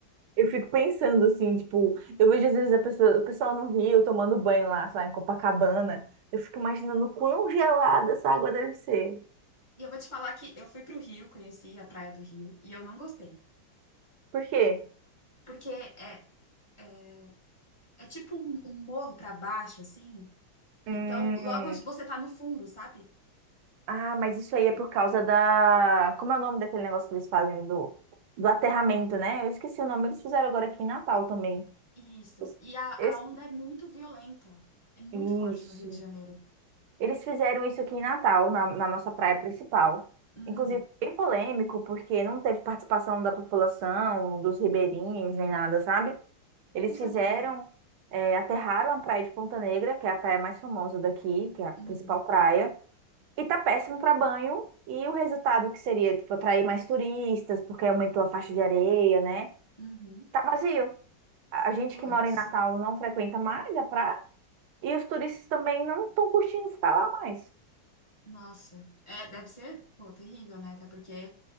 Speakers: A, on the right; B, on the left.
A: Eu fico pensando assim, tipo, eu vejo às vezes a pessoa, o pessoal no Rio tomando banho lá, sei lá, em Copacabana. Eu fico imaginando quão gelada essa água deve ser.
B: E eu vou te falar que eu fui pro Rio, conheci a Praia do Rio, e eu não gostei.
A: Por quê?
B: Porque é, é, é tipo um, um morro pra baixo, assim.
A: Hum,
B: Então, logo você tá no fundo, sabe?
A: ah, mas isso aí é por causa da. Como é o nome daquele negócio que eles fazem do, do aterramento, né? Eu esqueci o nome, eles fizeram agora aqui em Natal também.
B: Isso.
A: Eu es-
B: E a,
A: eu
B: a
A: es-
B: onda é muito violenta. É muito
A: Isso,
B: forte no Rio de Janeiro.
A: Eles fizeram isso aqui em Natal, na, na nossa praia principal.
B: Uhum.
A: Inclusive, bem polêmico, porque não teve participação da população, dos ribeirinhos, nem nada, sabe? Eles
B: Não sabia.
A: fizeram, é, aterraram a praia de Ponta Negra, que é a praia mais famosa daqui, que é a principal
B: Uhum.
A: praia, e tá péssimo para banho. E o resultado que seria, tipo, atrair mais turistas, porque aumentou a faixa de areia, né?
B: Uhum.
A: Tá vazio. A a gente
B: Puts.
A: que mora em Natal não frequenta mais a praia, e os turistas também não estão curtindo ficar lá mais.
B: Nossa, é, deve ser, pô, terrível, né? Até porque